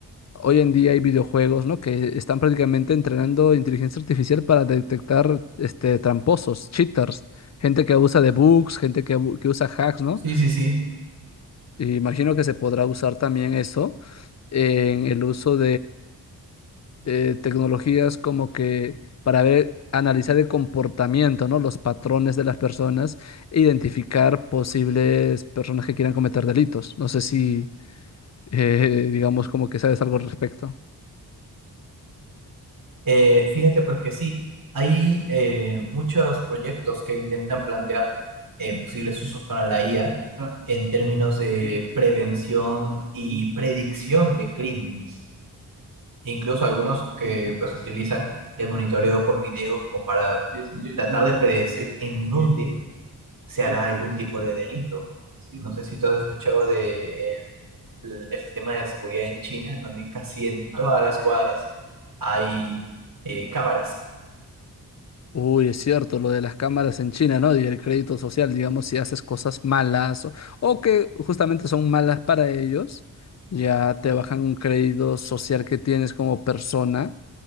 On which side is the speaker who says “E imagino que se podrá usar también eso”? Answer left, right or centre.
Left